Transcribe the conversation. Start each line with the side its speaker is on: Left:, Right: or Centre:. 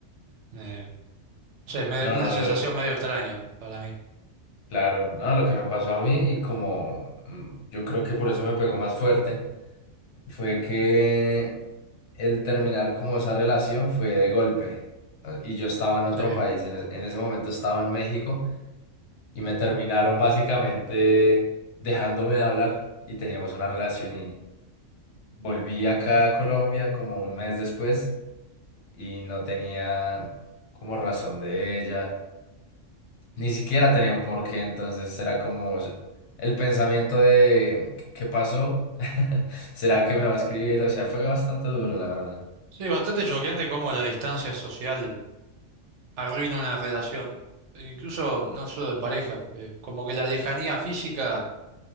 Right: Me- no sé, es medio-
Left: No,
Right: una
Left: no,
Right: sensación
Left: lo-
Right: medio extraña para mí.
Left: claro, no, lo que me pasó a mí, y como mm, yo creo que por eso me pegó más fuerte, fue que el terminar como esa relación fue de golpe. ¿no? Y yo estaba en otro
Right: Sí,
Left: país, en, es- en ese momento estaba en México, y me terminaron básicamente dejándome de hablar, y teníamos una relación Volví acá a Colombia como un mes después y no tenía como razón de ella, ni siquiera tenía un porqué, entonces era como s- el pensamiento de ¿qué qué pasó? <laughs> ¿Será que me va a escribir? O sea, fue bastante duro, la verdad.
Right: sí, bastante choqueante cómo la distancia social arruina una relación, incluso no solo de pareja, eh, como que la lejanía física...